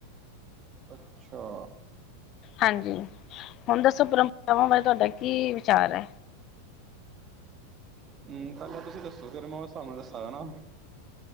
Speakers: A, on the right; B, on the left.
A: ਅੱਛਾ
B: ਹਾਂਜੀ ਹੁਣ ਦੱਸੋ ਪਰੰਪਰਾਵਾਂ ਬਾਰੇ ਤੁਹਾਡਾ ਕੀ ਵਿਚਾਰ ਐ।
A: ਹੂੰ ਪਹਿਲਾਂ ਤੁਸੀਂ ਦੱਸੋ ਫੇਰ ਮੈਂ ਉਸ ਸਾਬ ਨਾਲ ਦੱਸਾਂਗਾ ਨਾ।